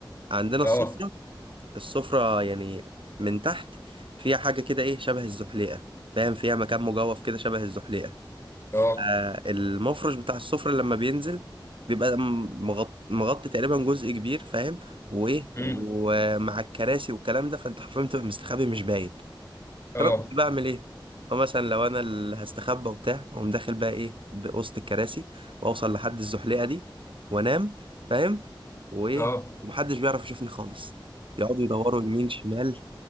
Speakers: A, on the right; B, on the left.
A: عندنا
B: اه
A: السفرة السفرة يعني من تحت فيها حاجة كده ايه شبه الزحليقة فاهم فيها مكان مجوف كده شبه الزحليقة
B: اه
A: آه، المفرش بتاع السفرة لما بينزل بيبقى م- مغط... مغطي تقريبا جزء كبير فاهم وايه
B: امم
A: ومع الكراسي والكلام ده فانت حرفيا بتبقى مستخبي مش باين
B: اه
A: فانا كنت بعمل ايه فمثلا لو انا اللي هستخبى وبتاع اقوم داخل بقى ايه بوسط الكراسي واوصل لحد الزحليقه دي وانام فاهم وايه
B: اه
A: ومحدش بيعرف يشوفني خالص يقعدوا يدوروا يمين شمال